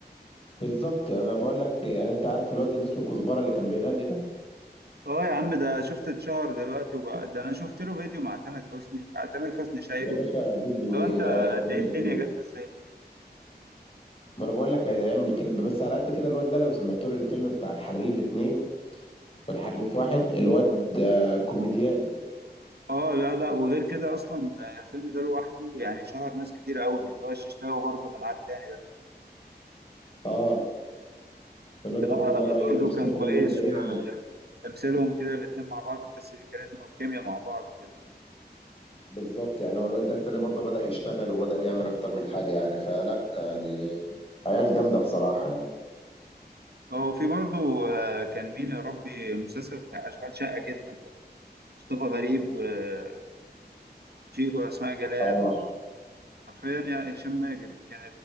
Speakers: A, on the left; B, on the right.
A: بالظبط انا بقول لك يعني انت عارف الواد اللي اسمه كزبره اللي كان بيغني ده
B: اه يا عم ده شفت اتشهر دلوقتي وبقى ده انا شفت له فيديو مع تامر حسني آه، تامر حسني شايله
A: يا باشا فيديو
B: لو
A: ايه
B: انت
A: ده هيتعمل
B: ده إيه الدنيا
A: كليب
B: جت ازاي؟
A: ما انا بقول لك هيعمل كليب بس على قد كده الواد ده لو سمعت له الفيلم بتاع الحريف اتنين والحريف واحد الواد آه، كوميديان
B: اه لا لا وغير كده اصلا آه، الفيلم ده لوحده يعني شهر ناس كتير قوي اللي هو الششتاوي برضه اللي معاه التاني ده
A: اه الواد
B: ده
A: ده برضه بدأ يشتغل
B: برضه كان كويس
A: وبدأ يعمل
B: وتمثيلهم كده الاتنين مع بعض تحس بيه كاريزما وكيميا مع بعض كده
A: بالظبط يعني هو الواد ده التاني برضه بدأ يشتغل وبدأ يعمل أكتر من حاجة يعني فلا يعني عيال جامدة بصراحة يعني
B: اه وفي برضو آه، كان مين يا ربي المسلسل بتاع أشغال شاقة جدا ده مصطفى غريب وشيكو وأسماء جلال
A: اه
B: حرفيا يعني هشام ماجد كان